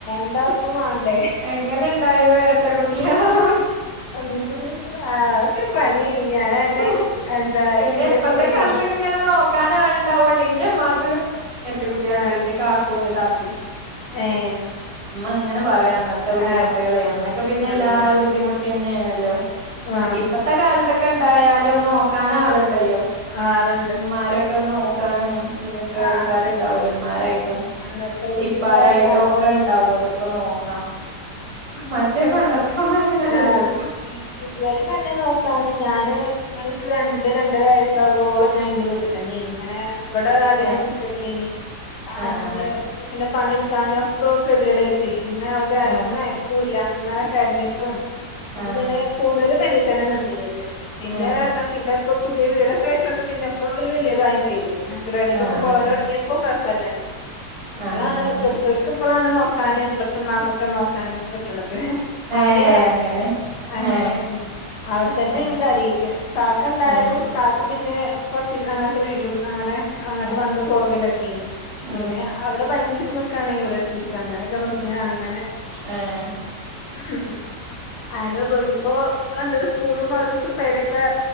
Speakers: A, on the left; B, on the right.
A: രണ്ടാക്കും വാണ്ടേ
B: എങ്ങനെണ്ടായീന്നറഞ്ഞിട്ട കുട്ടിയള നോ-
A: ആഹ് അതൊക്കെ
B: ഇണ്ടാക്കല്
A: ഒരു പണിയാണി ഞാനാന്നെ എന്താ
B: പിന്നെ
A: ന്റെ
B: ഇപ്പത്തെ
A: കുടിയിലെ-
B: കാലത്തൊക്കെ ഇങ്ങനെ നോക്കാനാളുണ്ടാവോണ്ട് ഇന്റെമ്മാക്ക് എരട്ട കുട്ടിയളുണ്ട്
A: ആ
B: ഇന്റെ കാക്കു ന്റെ താത്തി
A: ഏഹ്
B: ഉമ്മ ഇങ്ങനെ പറയും അന്നത്തെ ബുദ്ധിമുട്ടുകള്
A: ആ
B: അന്നൊക്കെ പിന്നെ എല്ലാരും
A: അന്ന്
B: ബുദ്ധിമു- പിന്നെയേണല്ലോ
A: ആ
B: ഇപ്പത്തെ കാലത്തൊക്കെ ഇണ്ടായാലും നോക്കാൻ ആള്ണ്ടല്ലോ
A: ആള്
B: ഇമ്മരൊക്കെ നോക്കാനും ഇതിനൊക്കെ
A: ആ
B: ആൾക്കാരുണ്ടാവല്ലോ ഇമ്മാരായിട്ടും
A: അന്നത്തോര്
B: ഇപ്പാരായിട്ടും
A: പിന്നെ പറഞ്ഞാ
B: ഒക്കെ
A: ഓലെന്നെ
B: ഇണ്ടാകോല്ലോ ഇപ്പൊ നോക്കാം മറ്റേ പണ്ടത്തെ കാലം അങ്ങനെയല്ലല്ലോ
A: ആഹ് ഇത് വരെ നല്ല <unintelligible> ക്കാന് ഞാന് ഇവൽക്ക് രണ്ട് രണ്ടര വയസ്സാഗോളം ഞാൻ ഇന്റെ വീട്ടിൽ തന്നെ എയ്നി ഇങ്ങനെ ഇവടെ അധികം
B: ഏഹ്
A: നി ക്കല് ല്ലേനി
B: ആഹ്
A: അന്ന്
B: ആഹ്
A: പിന്നെ പണിട്ക്കാന് ഒക്കെ കെതിയേടായ്റ്റയ് <unintelligible> ഇത
B: ആഹ്
A: ഒന്നിനും അയ്ക്കൂല്ല ഇങ്ങനെ കര്ഞ്ഞിട്ടും അപ്പൊ
B: ആഹ്
A: പിന്നെ കൂടുതല് പെരിതന്നെ നിന്നീനിയത് പിന്നെ
B: ആഹ് ആഹ്
A: പർഞ്ഞാ പിന്നെ ഇപ്പ പുതിയ വീടൊക്കെ വെച്ചോണ്ട് പിന്നെപ്പോ വലിയതായും ചെയ്തു <unintelligible> അങ്കലവാടിക്കൊക്കെ
B: ആഹ് ആഹ് ആഹ്
A: പോവല്
B: ആഹ് ആഹ്
A: തൊടങ്ങിയപ്പോ കൊഴ്പ്പല്ല അപ്പളാണ്
B: ആഹ് ആഹ് ആഹ്
A: ഇവട്ത്തോര്ക്ക് ഇപ്പളാണ് നോക്കാന് ഇവട്ത്തമ്മാക്കൊക്കെ നോക്കാന് കിട്ട്ണത്
B: ഏ
A: ആദ്യേ
B: അങ്ങനെ
A: അങ്ങനേണ്
B: ഏ
A: അവ്ടെത്തന്നെയ്നി
B: ആഹ്
A: കാര്യായ്റ്റ് കാക്കണ്ടായാലും
B: ഉം
A: കാക്ക പിന്നെ കൊർച്ചീസം അങ്ങട്ട് വരും അങ്ങനെ അങ്ങട്ട്
B: ഉം
A: വന്ന് പോകല് ഒക്കെ ഏനി പിന്നെ
B: ഉം
A: അവിടെ പയ്നഞ്ചീസം നിക്കാണേ ഇവടെ എട്ടീസം അങ്ങനെയൊക്കെ നിന്ന് അങ്ങനെ
B: ഏഹ്
A: ഉം അയന്നെ പോയിപ്പോ എന്ത് സ്കൂളും മദ്രസും പെരൊക്കെ